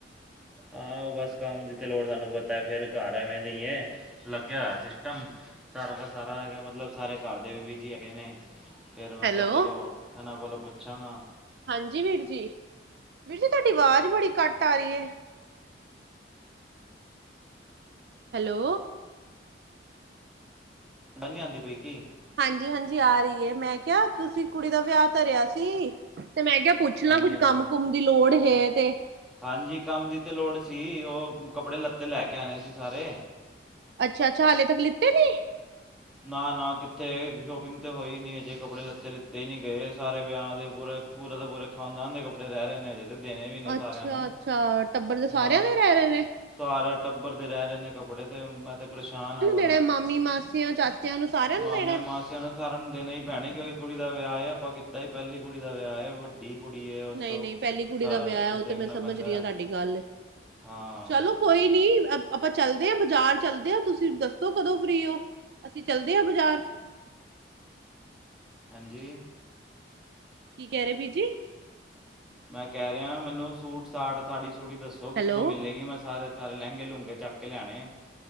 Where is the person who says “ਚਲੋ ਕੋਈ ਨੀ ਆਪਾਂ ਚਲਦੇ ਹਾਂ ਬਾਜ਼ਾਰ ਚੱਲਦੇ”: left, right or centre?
Right